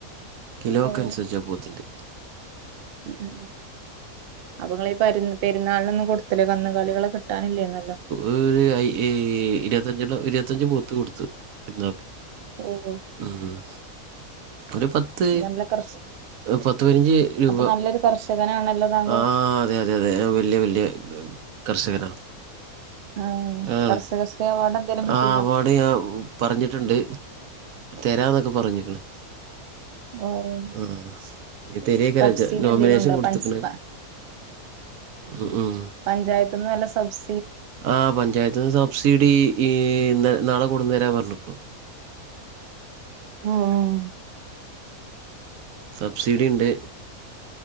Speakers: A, on the right; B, on the right.
A: കിലോക്ക്
B: ഓ
A: അനുസരിച്ചാ പോത്തിൻ്റെ
B: ഉം ഉം അപ്പൊ നിങ്ങള് ഈ പര് പെരുന്നാളിനൊന്നും കൊട ത്തിലെ കന്നുകാലികളെ കിട്ടാനില്ലേനല്ലോ
A: ഒര് അയി ഇരുപത്തഞ്ചണ്ണം ഇരുപത്തഞ്ച് പോത്ത് കൊടുത്ത് പെരു ന്നാൾക്
B: ഓഹോ
A: ഉം ഒര് പത്ത്
B: നല്ല കർഷ
A: പത്ത് പത്ത് പതിനഞ്ച് രൂപ
B: അപ്പൊ നല്ലൊരു കർഷകനാണല്ലോ താങ്കൾ
A: ആഹ് അതെ അതെ അതെ അതെ വലിയ വലിയ കർഷകരാ
B: ആഹ്
A: ആണ്
B: കർഷകശ്രീ അവാർഡ് എന്തേലും കിട്ടീനോ
A: ആഹ് പണിയാകും പറഞ്ഞിട്ടുണ്ട് തരാന്നൊക്കെ പറഞ്ഞിക്കണ്
B: ഓഹ്
A: ആഹ് തെരായ്‌കാരം
B: സബ്സിഡി
A: നോമിനേഷൻ
B: എന്തേലും ഉണ്ടോ
A: കൊടുത്ക്ണ്
B: പഞ്ച് പ
A: ഉം ഉം
B: പഞ്ചായത്ത് ന്ന് വ ല്ല സബ്സ
A: ആ പഞ്ചായത്ത് നിന്ന് സബ്സിഡി ഈ നാളെ കൊടുന്നേരാ പറഞ്ഞു
B: ആഹ്
A: സബ്സിഡി ഇണ്ട്